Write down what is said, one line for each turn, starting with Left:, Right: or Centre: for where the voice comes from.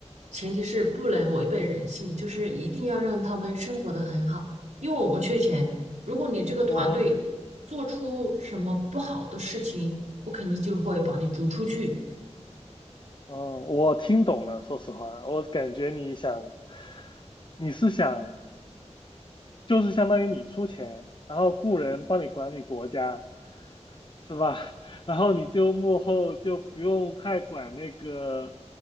Right: 前提是不能违背人性，就是一定要让他们生活的很好，因为我不缺钱。如果你这个团队做出什么不好的事情，
Left: 我
Right: 我肯定就会把你逐出去，
Left: 嗯，我听懂了。说实话，我感觉你想，你是想，就是相当于你出钱，然后雇人帮你管理国家，是吧？<laughs> 然后你就幕后就不用太管那个，